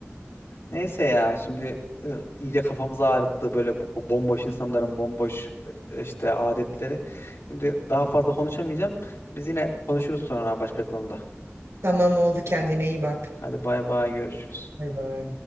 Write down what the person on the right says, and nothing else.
tamam oldu kendine iyi bak
bay bay